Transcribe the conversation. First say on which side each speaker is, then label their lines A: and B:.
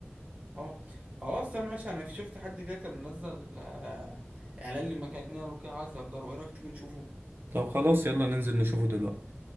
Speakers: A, on the right; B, on the right.
A: اه خلاص تمام ماشي انا شفت حد كده كان منزل آه، اعلان لمكان يعني وكده عايز اجره ايه رايك تيجي نشوفه
B: طب خلاص يلا ننزل نشوفه دلوقتي